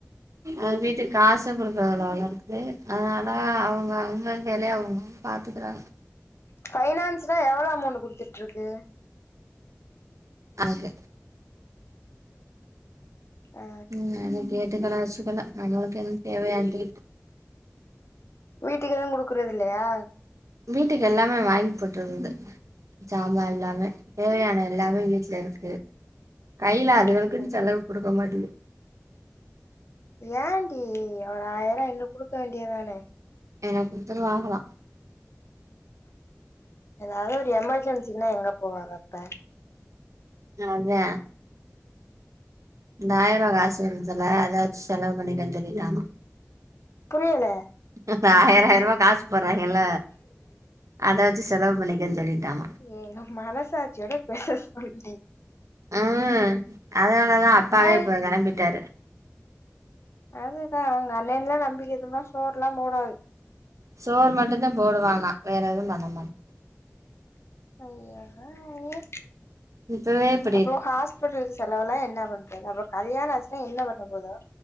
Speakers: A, on the right; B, on the left.
A: அவ வீட்டுக்கு காசே குடுக்றதுல்ல போலருக்குது அதனால அவங்க அவங்க வேலைய அவங்க பாத்துக்றாங்க
B: ஃபைனான்ஸ்னா எவ்ளோ அமௌண்ட் குடுத்துட்ருக்கு
A: அன்கு
B: ஆ
A: ம் கேட்டு <unintelligible> நம்ளுக்கு ஏது தேவயாண்டி
B: வீட்டுக்கு எது குடுக்றதில்லையா
A: வீட்டுக் எல்லாமே வாங்கி போட்டுருந்து சாம்மா எல்லாமே தேவையான எல்லாமே வீட்லருக்கு கையல அதுகளுக்குனு
B: அப்புற என்ன
A: செலவுக் குடுக்க மாட்டுக்து
B: ஏன்டி ஒரு ஆயிரோ ஐநூறு குடுக்க வேண்டியதானே
A: எனக் குடுத்துரு வாகலா
B: எதாவது ஒரு எமர்ஜென்சினா எங்க போவாங்கப்ப
A: அதா இந்த ஆயருவா காசு வருதுல அத வச்சு செலவு பண்ணிக்கனு சொல்லிட்டானா
B: புரியல
A: இப்ப ஆயர ஆயருவா காசு போடுறாகள்ள அதவச்சு செலவு பண்ணிகன்னு சொல்லிட்டானா
B: ஏய் மனசாச்சியோட பேச சொல்டி
A: உம் அதனாலதா அப்பாவே
B: ஹாய்
A: இப்ப கெளம்பிட்டாரு
B: அதுதா உங்க அண்ணன்ல்லா நம்பிகிட் இருந்தா சோறுலா போடாது
A: சோர் மட்டும்தா போடுவானா வேற எதுவு பண்ண மாட்
B: அய்யோ அய்யோ
A: இப்பவே இப்
B: அப்போ ஹாஸ்பிட்டலுக் செலவு எல்லா என்ன பண்றது அப்றோ கல்யாணோ ஆச்சுா என்ன பண்ண போதோ